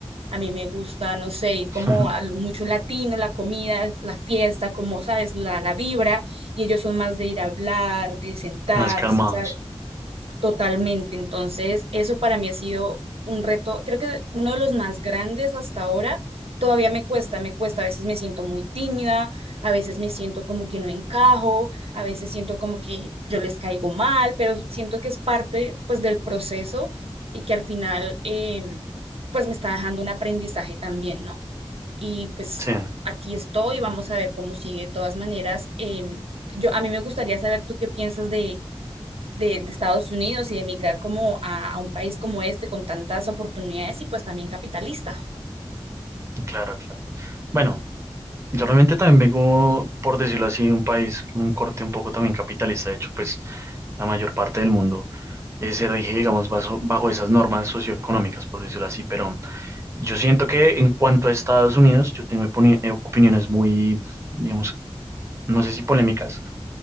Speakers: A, on the right; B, on the right.
A: a mí me gusta, no sé, ir como
B: <laughs>
A: a lo mucho latino, la comida, la fiesta, como, ¿sabes? La, la vibra y ellos son más de ir a hablar, de sentarse,
B: más calmados.
A: ¿sabe? Totalmente. Entonces, eso para mí ha sido un reto, creo que uno de los más grandes hasta ahora. Todavía me cuesta, me cuesta, a veces me siento muy tímida, a veces me siento como que no encajo, a veces siento como que yo les caigo mal, pero siento que es parte pues del proceso y que al final eh, pues me está dejando un aprendizaje también, ¿no? y pues
B: Sí,
A: aquí estoy, vamos a ver cómo sigue. De todas maneras, em, yo, a mí me gustaría saber tú qué piensas de, de, de Estados Unidos y de emigrar como a, a un país como este con tantas oportunidades y pues también capitalista.
B: claro, claro. Bueno, Yo realmente también vengo, por decirlo así, de un país con un corte un poco también capitalista. De hecho, pues la mayor parte del mundo eh, se rige, digamos, bajo, bajo esas normas socioeconómicas, por decirlo así. Pero yo siento que en cuanto a Estados Unidos, yo tengo opini- eh, opiniones muy, digamos, no sé si polémicas,